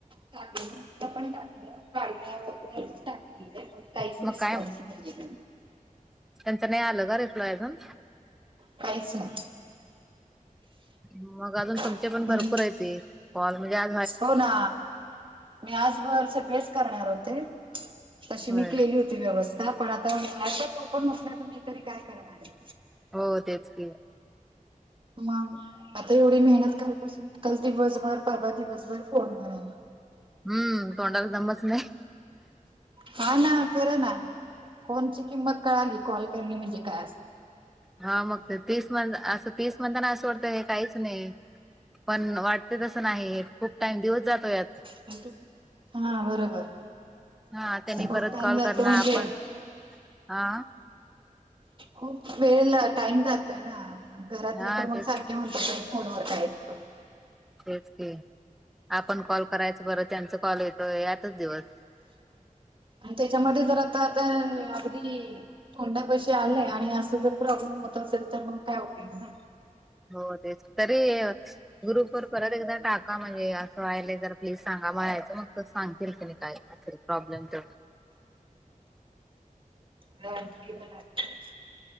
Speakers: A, on the right; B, in the centre.
A: टाक पण टाकलं गाड्या वण टाक काहीच
B: मग
A: रिस्पॉन्स
B: काय
A: नाहीय
B: त्यांच नाही आलं का रे फलोयजून
A: काहीच नाही
B: मग अजून तुमचे
A: नाही
B: पण भरपूर आहे ते कॉल म्हणजे आ
A: हो ना मी आजबरच बेस करणार होते तशी मी
B: होय
A: केली होती व्यवस्था पण आता ऍपच ओपन होत नाही, तर मी तरी काय करणार आहे.
B: हो तेच की
A: मग आता एवढी मेहनत करुनपण काल दिवसभर, परवा दिवसभर फोनवर
B: हम्म तोंडाला जमच नाही.
A: हा ना खरं ना फोनची किंमत कळाली कॉल करणे म्हणजे काय असत!
B: हा मग ते तीस म्हण, असं तीस म्हणताना असं वाटतंय हे काहीच नाही. पण वाटते तसं नाही, खूप टाइम दिवस जातो यात
A: हम हा बरोबर
B: हा त्यांनी
A: खूप
B: परत
A: टाइम
B: कॉल
A: जातो
B: करणार
A: म्हणजे
B: आपण हा
A: खूप वेळ ला टाईम जातोय ना, घरातले
B: हा
A: पण मग
B: तेच
A: सारखे म्हणतात फोनवर काय त होतं.
B: तेच की, आपण कॉल करायच, बरं त्यांच कॉल येतो यातच दिवस
A: आणि त्याच्यामध्ये जर आता आता अगदी तोंडा पशी आलंय आणि असं जर प्रॉब्लेम होत असेल तर मग काय होते म्हणा!
B: हो तेच तरी ग्रुप वर परत एकदा टाका म्हणजे असं वाहिलंय जर प्लीज सांगा म्हलायचं, मग सांगतील तेनी काय ते प्रॉब्लेम तर
A: मग आणखी एकदा टाकते.